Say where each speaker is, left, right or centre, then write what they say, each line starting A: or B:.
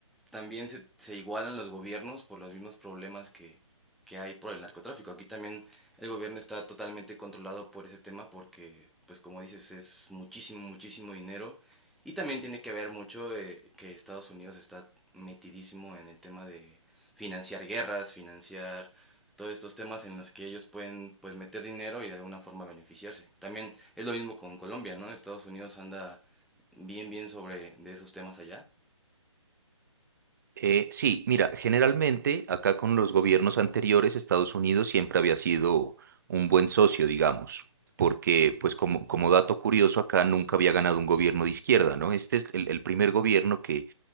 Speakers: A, in the centre; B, on the right.
A: también se, se igualan los gobiernos por los mismos problemas que, que hay por el narcotráfico. Aquí también el gobierno está totalmente controlado por ese tema porque, pues como dices, es muchísimo, muchísimo dinero. Y también tiene que ver mucho eh, que Estados Unidos está metidísimo en el tema de financiar guerras, financiar todos estos temas en los que ellos pueden pues meter dinero y de alguna forma beneficiarse. También es lo mismo con Colombia, ¿no? Estados Unidos anda bien, bien sobre de esos temas allá.
B: Eh, sí, mira, generalmente acá con los gobiernos anteriores, Estados Unidos siempre había sido un buen socio, digamos, porque pues como, como dato curioso, acá nunca había ganado un gobierno de izquierda, ¿no? Este es el, el primer gobierno que,